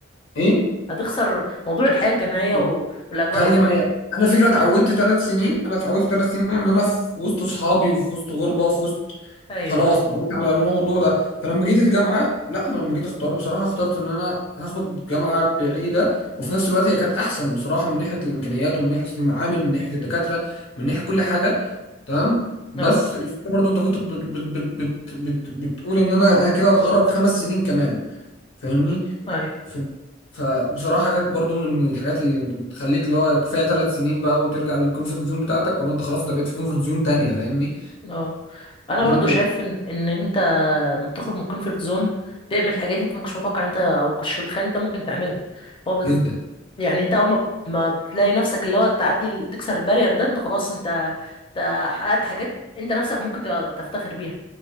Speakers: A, on the left (about 70°); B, on the left (about 25°).
A: إيه؟
B: هتخسر موضوع الحياة الجامعية
A: طب
B: و- والأجواء
A: حاجة
B: وكده
A: جماعية أنا فكرة اتعودت ثلاث سنين أنا اتعودت ثلاث سنين إن أنا في وسط أصحابي وفي وسط غربة وفي وسط
B: أيوه
A: خلاص
B: أيوه
A: اتعودت على الموضوع ده فلما جيت الجامعه لا انا لما جيت اختار بصراحه اخترت ان انا هاخد جامعه بعيده وفي نفس الوقت هي كانت احسن بصراحه من ناحيه الامكانيات ومن ناحيه المعامل من ناحيه الدكاتره من ناحيه كل حاجه تمام بس
B: اه
A: الفكره برضو انت كنت بت بت بت بت بت بتقول ان انا انا كده هتغرب خمس سنين كمان فاهمني
B: أيوه
A: ف فبصراحه كانت برضو من الحاجات اللي بتخليك اللي هو كفايه ثلاث سنين بقى وترجع للكومفورت زون بتاعتك ولا انت خلاص انت بقيت في كومفورت زون تانية فاهمني
B: اه انا
A: دي
B: برضو
A: النقطه
B: شايف ان ان انت لما بتخرج من الكونفرت زون تعمل حاجات انت ما كنتش متوقع انت او ما كنتش متخيل انت ممكن تعملها هو بز...
A: جدا
B: يعني انت اول ما ما بتلاقي نفسك اللي هو تعدي ال- تكسر البارير ده انت خلاص انت انت حققت حاجات انت نفسك ممكن ت- تفتخر بيها